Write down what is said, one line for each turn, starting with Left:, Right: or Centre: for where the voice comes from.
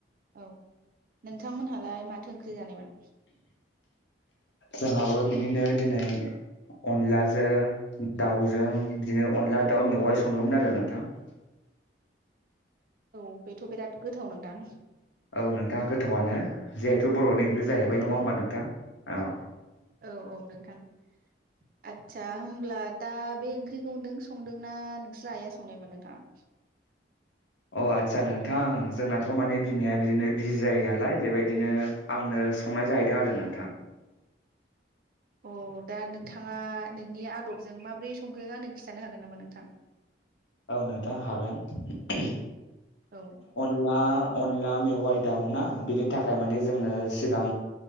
Right: औ नोंथांमोनहालाय माथो ओंख्रि जानायमोन?
Left: जोंहाबो बिदिनो दिनै अनलाजों दाउजों बिदिनो अनला दाउ मेवाय संदोंमोन आरो नोंथां ।
Right: औ बेथ' बिराद गोथाव नोंथां ।
Left: औ नोंथाङा गोथावआनो जिहेथु बर'नि ओंख्रि जाहैबाय नङा
Right: औ
Left: होमबा नोंथां औ ।
Right: औ औ नोंथां ' आदसा होमब्ला दा बे ओंख्रिखौ नों संदों ना नोंस्रा आइआ संनायमोन नोंथां ।
Left: अ आस्सा नोंथां जोंनाथ' माने बिमाया बिदिनो बिजि जायो नालाय बेबायदिनो आंनो संनाय जाहैदों आरो नोंथां ।
Right: अ दा नोंथाङा नोंनि आदबजों माबोरै संखो आंनो खिन्थानो हागोन नामा नोंथां?
Left: औ नोंथां हागोन ।
Right: औ
Left: अनला अनला मेवाइ दाउ ना बिनि थाखाय माने जोंनो सिगां